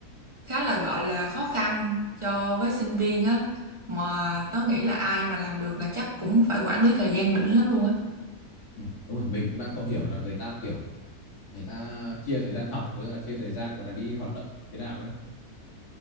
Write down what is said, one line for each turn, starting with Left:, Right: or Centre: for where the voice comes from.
Right: khá là gọi là khó khăn cho với sinh viên á mà tớ nghĩ là ai mà làm được là chắc cũng phải quản lý thời gian đỉnh lắm luôn á
Left: Ừm, đúng rồi, mình cũng đang không hiểu là người ta, kiểu, người ta chia thời gian học với là chia thời gian, gọi là, đi hoạt động thế nào đấy.